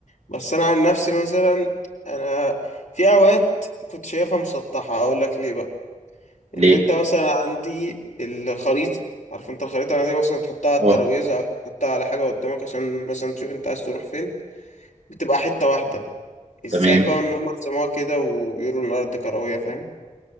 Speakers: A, on the left (about 70°); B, on the right (about 55°).
A: بس انا عن نفسي مثلا انا في اوقات كنت شايفها مسطحة اقول لك ليه بقى
B: ليه
A: ان انت مثلا عندي الخريطة عارف انت الخريطة دي مثلا تحطها على
B: اه
A: الترابيزة او تحطها على حاجة قدامك عشان مثلا تشوف انت عايز تروح فين بتبقى حتة واحدة ازاي
B: تمام
A: بقى ان هم سموها كده وبيقولوا ان الارض كرويه فاهم